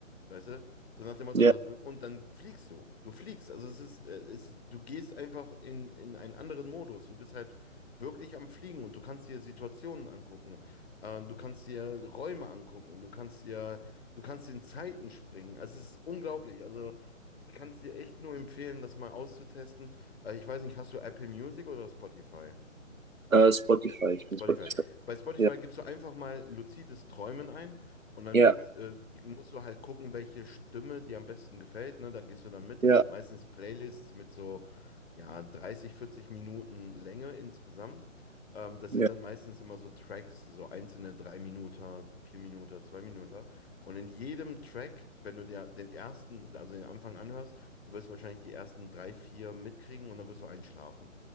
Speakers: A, on the left; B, on the right.
A: Weißt du? So nach dem Motto,
B: Ja,
A: so, du- und dann fliegst du. Du fliegst. Also es ist, äh, es, du gehst einfach in, in einen anderen Modus. Du bist halt wirklich am Fliegen und du kannst dir Situationen angucken. Äh, du kannst dir Räume angucken. Du kannst dir, du kannst in Zeiten springen. Also es ist unglaublich. Also ich kann es dir echt nur empfehlen, das mal auszutesten. Äh, ich weiß nicht, hast du Apple Music oder Spotify?
B: äh, Spotify, ich bin
A: Spotify.
B: Spotify.
A: Bei Spotify
B: Ja,
A: gibst du einfach mal luzides Träumen ein und dann
B: ja,
A: wird, äh, musst du halt gucken, welche Stimme dir am besten gefällt. Ne? Dann gehst du dann mit. Das
B: ja,
A: sind meistens Playlists mit so ja, 30, 40 Minuten Länge insgesamt. Ähm, das
B: ja,
A: sind dann meistens immer so Tracks, so einzelne 3 Minuten, 4 Minuten, 2 Minuten. Und in jedem Track, wenn du dir den ersten, also den Anfang anhörst, du wirst wahrscheinlich die ersten drei, vier mitkriegen und dann wirst du einschlafen.